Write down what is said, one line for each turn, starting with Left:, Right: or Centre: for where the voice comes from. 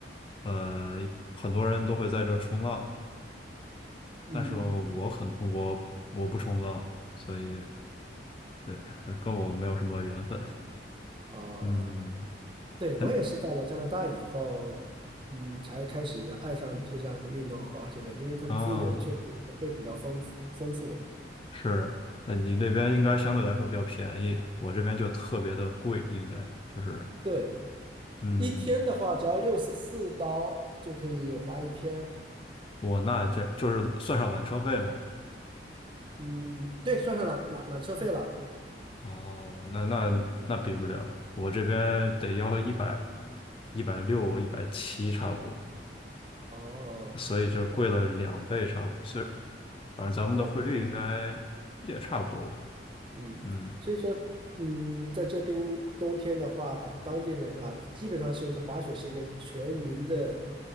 Left: 呃很多人都会在这冲浪。
Right: 嗯，
Left: 但是我可能我我不冲浪，所以对，呃跟我没有什么缘分。
Right: 啊，
Left: <laughs> 嗯，
Right: 对，我也是到了加拿大以后，
Left: 嗯
Right: 嗯，才开始爱上这项运动和滑雪，因为它的资源确实会比较丰富丰富。
Left: 啊，是，那你那边应该相对来说比较便宜，我这边就特别的贵，应该就是，
Right: 对，
Left: 嗯，
Right: 一天的话，只要六十四刀就可以滑一天。
Left: 我那这就是算上缆车费嘛。
Right: 嗯，对，算上缆缆缆车费了。
Left: 哦，那那那比不了，我这边得要一百一百六一百七差不多，
Right: 哦，
Left: 所以就贵了两倍差不多，所以反正咱们的汇率应该也差不多吧。
Right: 对。嗯，
Left: 嗯，
Right: 所以说，嗯，在这边冬天的话，当地人啊，基本上是滑雪是一个全民的